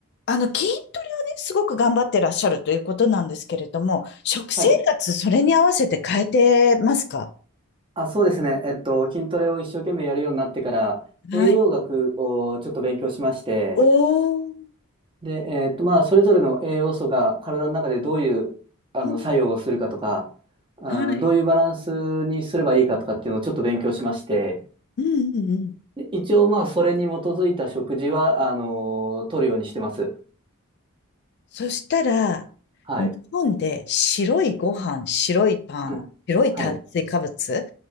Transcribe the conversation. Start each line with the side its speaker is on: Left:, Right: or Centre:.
Left: あの、筋トレをね、すごく頑張ってらっしゃるということなんですけれども、食生活、
Right: はい。
Left: それに合わせて変えてますか
Right: あ、そうですね。えっと、筋トレを一生懸命やるようになってから、
Left: はい。
Right: 栄養学をちょっと勉強しまして、
Left: おー、
Right: で、えっと、まあ、それぞれの栄養素が体の中でどういう、あの、
Left: うん、
Right: 作用をするかとか、あー、
Left: はい。
Right: どういうバランスにすればいいかとかっていうのをちょっと勉強しまして、
Left: うんうんうん。
Right: で一応、まあ、それに基づいた食事は、あのー取るようにしてます。
Left: そしたら、
Right: はい。
Left: 日本で白いご飯、白いパン、
Right: うんはい。
Left: 白い炭水化物、